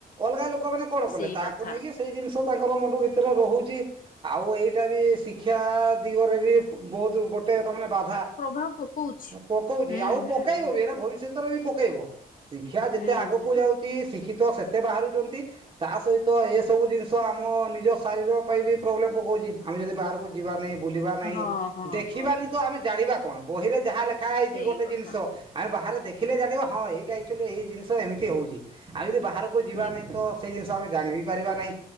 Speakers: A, on the right; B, on the left.
A: ଅଲଗା ଲୋକ ମାନେ କଣ କଲେ
B: ସେଇ
A: ତାକୁ
B: କଥା
A: ନେଇକି ସେଇ ଜିନିଷ। ତାଙ୍କର ମୁଣ୍ଡ ଭିତରେ ରହୁଛି ଆଉ ଏଇଟା ବି ଶିକ୍ଷା ଦିଗରେ ବି ବହୁତ। ଗୋଟେ ତମାନେ ବାଧା
B: ପ୍ରଭାବ ପକଉଛି
A: ପକଉଛି
B: ହୁଁ
A: ଆଉ
B: ହୁଁ
A: ପକେଇବ
B: ହୁଁ
A: ବି ଏରା।
B: ହୁଁ
A: ତରେ ବି ପକେଇବ ଶିକ୍ଷା ଯେତେ
B: ହୁଁ
A: ଆଗକୁ
B: ହୁଁ
A: ଯାଉଛି ଶିକ୍ଷ କ୍ଷିତ ସେତେ ବାହାରୁଚନ୍ତି ତା ସହିତ ଏସବୁ ଜିନିଷ ଆମ ନିଜ ଶାରୀର ପାଇଁ ବି ପ୍ରୋବ୍ଲେମ୍ ପକାଉଛି। ଆମେ ଯଦି ବାହାରକୁ ଯିବା ନି। ବୁଲିବା ନାହିଁ
B: ହଁ ହଁ
A: ଦେଖିବାନି
B: ହଁ
A: ତ ଆମେ ଜାଣିବା କଣ ବହିରେ ଯାହା ଲେଖା ହେଇଛି
B: ସେଇ
A: ଗୋଟେ
B: କଥା
A: ଜିନିଷ। ଆମେ ବାହାରେ ଦେଖିଲେ ଜାଣିବା ହଁ ଏଇଟା ଆକ୍ଚୁୟାଲି ଏଇ ଜିନିଷ ଏମିତି ହଉଛି ଆଉ ଯଦି ବାହାରକୁ ଯିବା
B: ଠିକ
A: ନାହିଁ ତ ସେ ଜିନିଷ ଆମେ ଜାଣି ବି ପାରିବା ନାହିଁ